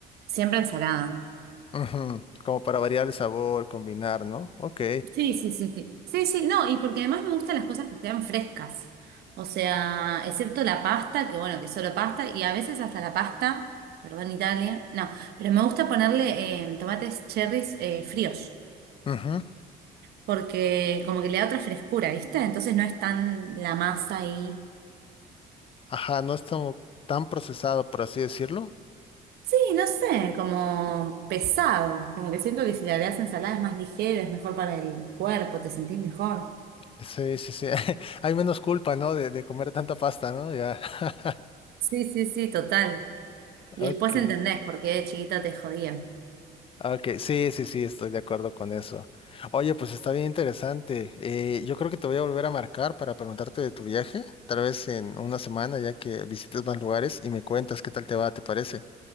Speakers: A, on the right; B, on the left.
A: siempre ensalada.
B: Ujú, Como para variar el sabor, combinar, ¿no? Ok.
A: Sí, sí, sí, sí. Sí, sí, no, y porque además me gustan las cosas que sean frescas. O sea, excepto la pasta, que bueno, que solo pasta, y a veces hasta la pasta, perdón Italia, no, pero me gusta ponerle eh, tomates cherries eh, fríos,
B: ujú.
A: porque como que le da otra frescura, ¿viste? Entonces no es tan la masa ahí.
B: Ajá, no es tan, tan procesado, por así decirlo.
A: Sí, no sé, como pesado, como que siento que si le agregas ensalada es más ligero, es mejor para el cuerpo, te sentís mejor.
B: Sí, sí, sí. <laughs> Hay menos culpa, ¿no? De, de comer tanta pasta, ¿no? Ya. <laughs>
A: Sí, sí, sí, total. Y
B: Ok.
A: después entendés por qué de chiquita te jodían.
B: Ok, sí, sí, sí, estoy de acuerdo con eso. Oye, pues está bien interesante. Eh, yo creo que te voy a volver a marcar para preguntarte de tu viaje, tal vez en una semana ya que visites más lugares y me cuentas qué tal te va, ¿te parece?